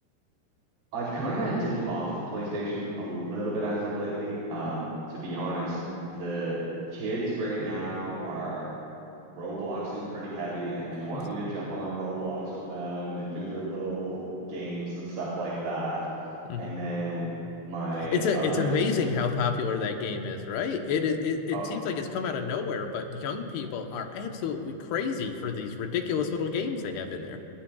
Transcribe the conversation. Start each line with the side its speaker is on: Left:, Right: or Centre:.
Right: I've kind of dipped off the PlayStation a little bit as of lately. Um, to be honest, the kids right now are Robloxing pretty heavy, and they want
Left: <laughs>
Right: me to jump on Roblox with them and do their little games and stuff like that.
Left: hmm
Right: And then my
Left: It's
Right: other,
Left: a it's amazing
Right: s-
Left: how popular that game is, right? It is it, it
Right: uh,
Left: seems like it's come out of nowhere, but young people are absolutely crazy for these ridiculous little games they have in there.